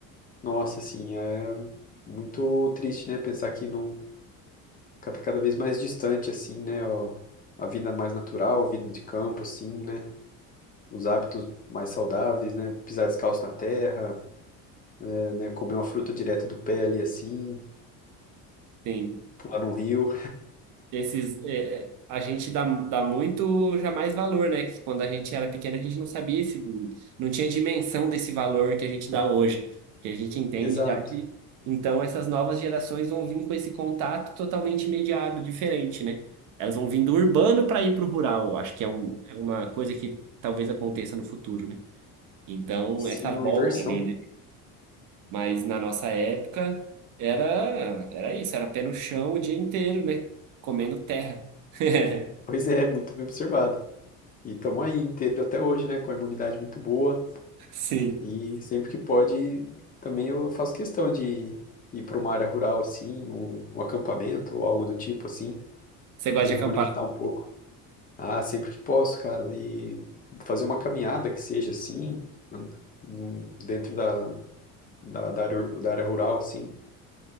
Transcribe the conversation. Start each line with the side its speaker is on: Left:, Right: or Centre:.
Left: Nossa, assim, é muito triste, né? Pensar que não cada, cada vez mais distante, assim, né? ó, a vida mais natural, a vida de campo, assim, né? Os hábitos mais saudáveis, né? Pisar descalço na terra, é, né? Comer uma fruta direto do pé ali, assim,
Right: Sim.
Left: pular num rio.
Right: Esses, é, a gente dá, dá muito já mais valor, né? Que Quando a gente era pequeno, a gente não sabia esse, não tinha dimensão desse valor que a gente dá hoje, que a gente entende
Left: Exato.
Right: já que então essas novas gerações vão vir com esse contato totalmente imediato, diferente, né? Elas vão vir do urbano para ir para o rural, eu acho que é, um, é uma coisa que talvez aconteça no futuro, né? Então,
Left: Sim,
Right: essa volta,
Left: é uma inversão.
Right: né? Mas na nossa época era, era isso, era pé no chão o dia inteiro, né? Comendo terra. <laughs>
Left: Pois é, muito bem observado. E estamos aí inteiro até hoje, né? Com a imunidade muito boa.
Right: Sim.
Left: E sempre que pode, também eu faço questão de ir para uma área rural, assim, um, um acampamento ou algo do tipo, assim,
Right: Você gosta
Left: me
Right: de
Left: reconectar
Right: acampar?
Left: um pouco. Ah, sempre que posso, cara. E fazer uma caminhada que seja assim, and- hum, dentro da, da, da área, ur- da área rural, assim,